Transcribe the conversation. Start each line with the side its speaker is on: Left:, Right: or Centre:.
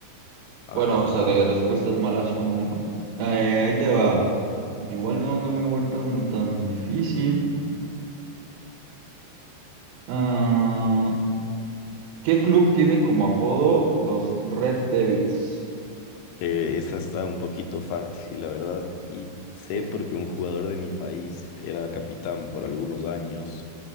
Left: A
Right: Bueno,
Left: ver,
Right: o
Left: a
Right: sea,
Left: ver.
Right: de respuestas malas, uno, uno. Eh, ahí te va. Igual no, no me he vuelto como tan difícil. Ah, ¿qué club tiene como apodo los Red Devils?
Left: Eh, esa está un poquito fácil, la verdad. Y sé
Right: Eje.
Left: porque un jugador de mi país era capitán por algunos años,